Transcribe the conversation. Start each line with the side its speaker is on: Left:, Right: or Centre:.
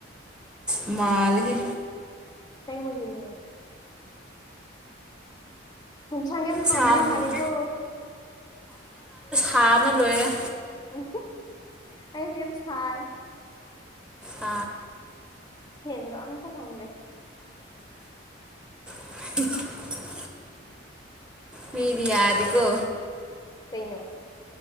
Centre: ꯨ ꯃꯜꯒ
Left: ꯇꯪ ꯃꯒꯅꯦ ꯍꯁꯪꯒꯦꯝ ꯍꯥꯎꯒꯦ
Centre: ꯁꯥꯕꯅ
Left: ꯃꯥꯦꯀ
Centre: ꯊꯥ ꯑꯃ ꯂꯣꯏꯔꯦ
Left: ꯎ ꯑꯩꯦꯝ ꯁꯥꯏ
Centre: ꯑ
Left: ꯍꯒ ꯑꯇ ꯐꯪꯗꯦ
Centre: <unintelligible> ꯃꯤꯗꯤ ꯌꯥꯗꯤꯒꯣ
Left: ꯀꯩꯅꯣ